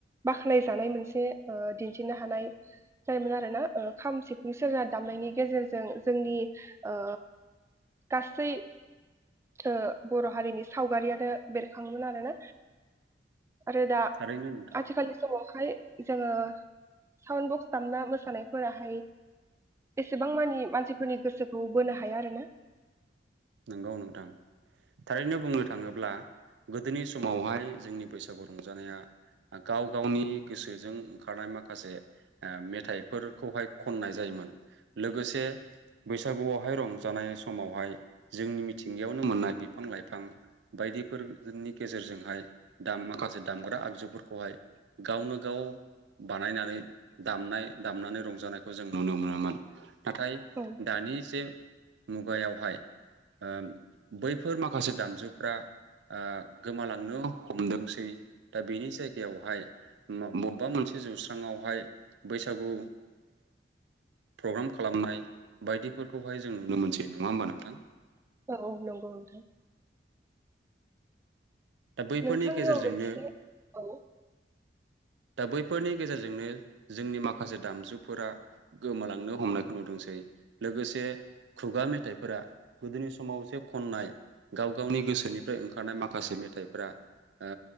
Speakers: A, on the right (about 15°); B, on the right (about 75°).
A: बाख्नाय जानाय मोनसे ओ दिन्थिनो हानाय जायोमोन आरोना ओ खाम सिफुं सेरजा दामनायनि गेजेरजों जोंनि ओ गासै ओ बर' हारिनि सावगारियानो बेरखाङोमोन आरोना आरो दा
B: थारैनो नोंथां
A: आथिखालनि समाव हाय जोङो साउन्ड बक्स दामना मोसानायफोराहाय एसेबां मानि मानसिफोरनि गोसोखौ बोनो हाया आरोना
B: नंगौ नोंथां थारैनो बुंनो थाङोब्ला गोदोनि समावहाय जोंनि बैसागु रंजानाया गाव गावनि गोसोजों ओंखारनाय माखासे आ मेथाइफोरखौहाय खननाय जायोमोन लोगोसे बैसागुआवहाय रंजानाय समावहाय जोंनि मिथिंगायावनो मोननाय बिफां-लाइफां बायदिफोरनि गेजेरजोंहाय दाम माखासे दामग्रा आगजुफोरखौहाय गावनो-गाव बानायनानै दामनाय दामनानै रंजानायखौ जों नुनो मोनोमोन नाथाय
A: औ
B: दानि जे मुगायावहाय ओ बैफोर माखासे दामजुफ्रा आ गोमालांनो हमदोंसै दा बेनि जायगायावहाय मा बबेबा मोनसे जौस्रांआवहाय बैसागु प्रग्राम खालामनाय बायदिफोरखौहाय जों नुनो मोनसै नङा होमबा नोंथां?
A: औ नंगौ नोंथां।
B: दा बैफोरनि
A: नोंथांनो
B: गेजेरजोंनो
A: आं मोनसे औ
B: दा बैफोरनि गेजेरजोंनो जोंनि माखासे दामजुफोरा गोमालांनो हमनायखौ नुदोंसै लोगोसे खुगा मेथाइफोरा गोदोनि समाव जे खननाय गाव-गावनि गोसोनिफ्राय ओंखारनाय माखासे मेथाइफोरा आ